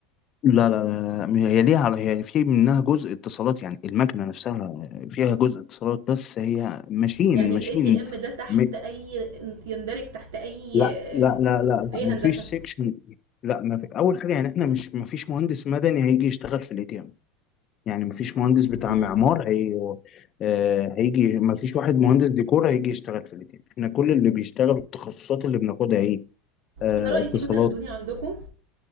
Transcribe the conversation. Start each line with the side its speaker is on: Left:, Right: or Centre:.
Left: لا لا لا لا، هي ليها على هي في منها جزء اتصالات يعني المكنه نفسها فيها جزء اتصالات بس هي ماشين
Right: يعني الاي
Left: ماشين
Right: تي ام ده تحت
Left: م...
Right: اي يندرج تحت اي
Left: لا
Right: آه،
Left: لا لا لا
Right: اي
Left: لا مفيش
Right: هندسه
Left: سيكشن لا ما في اول حاجه يعني احنا مش مفيش مهندس مدني هيجي يشتغل في الاي تي يعني مفيش مهندس بتاع
Right: مم.
Left: معمار هي آه، هيجي مفيش واحد مهندس ديكور هيجي يشتغل في الاتنين احنا كل اللي بيشتغلوا التخصصات اللي بناخدها ايه آه،
Right: انا رايي
Left: اتصالات
Right: تيجوا تاخدوني عندكم